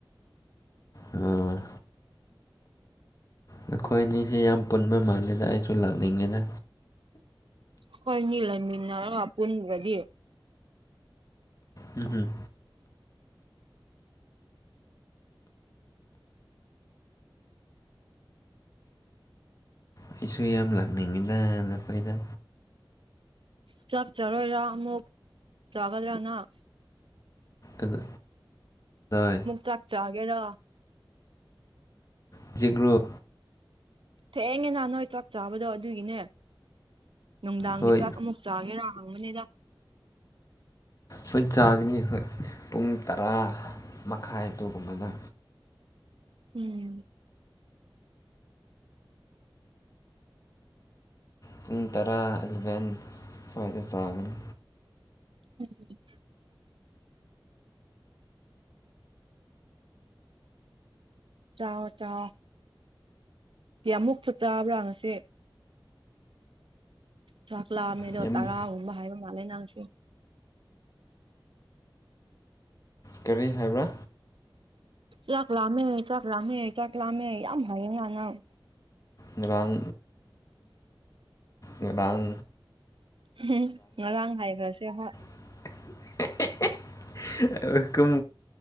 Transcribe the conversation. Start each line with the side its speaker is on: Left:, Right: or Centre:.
Left: ꯑꯝ ꯅꯈꯣꯏ ꯑꯅꯤꯁꯦ ꯌꯥꯝ ꯄꯨꯟꯕ ꯃꯥꯜꯂꯦꯗ ꯑꯩꯁꯨ ꯂꯥꯛꯅꯤꯡꯉꯦꯗ
Right: ꯍꯣꯏꯅꯤ ꯂꯩꯅꯤꯟꯅꯔꯒ ꯄꯨꯨꯟꯗ꯭ꯔꯗꯤ
Left: ꯎꯝ ꯎꯝ ꯑꯩꯁꯨ ꯌꯥꯝ ꯂꯥꯛꯅꯤꯡꯉꯤꯗ ꯅꯈꯣꯏꯗ
Right: ꯆꯥꯛ ꯆꯔꯣꯏꯔ ꯑꯃꯨꯛ ꯆꯥꯒ꯭ꯔꯗ ꯅꯪ
Left: ꯑꯗꯨ <unintelligible>
Right: ꯆꯥꯛꯆꯥꯒꯦꯔ
Left: ꯍꯧꯖꯤꯛ ꯂꯣ
Right: ꯊꯦꯡꯅꯦ ꯅ ꯅꯣꯏ ꯆꯥꯛ ꯆꯥꯕꯗꯣ ꯑꯗꯨꯒꯤꯅꯦ ꯅꯨꯡꯗꯥꯡꯒꯤ
Left: ꯍꯣꯏ
Right: ꯆꯥꯛ ꯑꯃꯨꯛ ꯆꯥꯒꯦꯔꯥꯥ ꯍꯪꯕꯅꯤꯗ
Left: ꯍꯣꯏ ꯆꯥꯒꯅꯤ ꯍꯣꯏ ꯄꯨꯡ ꯇꯔꯥ ꯃꯈꯥꯏ ꯑꯗꯨꯒꯨꯝꯕꯗ
Right: ꯎꯝ
Left: ꯄꯨꯡ ꯇꯔꯥ ꯑꯦꯂꯚꯦꯟ ꯁ꯭ꯋꯥꯏꯗ ꯆꯥꯒꯅꯤ
Right: ꯎ ꯆꯥꯎꯣ ꯆꯣ ꯃꯨꯛ ꯆꯠ ꯆꯥꯕ꯭ꯔꯥ ꯉꯁꯦ ꯆꯥꯛꯂꯥ ꯃꯤꯗꯣ
Left: ꯌꯥꯝ
Right: ꯇꯔꯥ ꯍꯨꯝꯕ ꯍꯥꯏꯕ ꯃꯥꯜꯂ ꯅꯪꯁꯨ
Left: ꯀꯔꯤ ꯍꯥꯏꯕ꯭ꯔꯥ
Right: ꯆꯥꯛ ꯂꯥꯝꯃꯦ ꯆꯥꯛ ꯂꯥꯝꯃꯦ ꯆꯥꯛ ꯂꯥꯝꯃꯦ ꯌꯥꯝ ꯍꯥꯏꯌꯦ ꯌꯥꯅꯪ
Left: ꯉꯔꯥꯡ ꯉꯔꯥꯡ
Right: ꯎꯝ ꯉꯔꯥꯡ ꯍꯥꯏꯈ꯭ꯔꯁꯦ ꯍꯣꯏ
Left: <unintelligible> ꯀꯨꯝ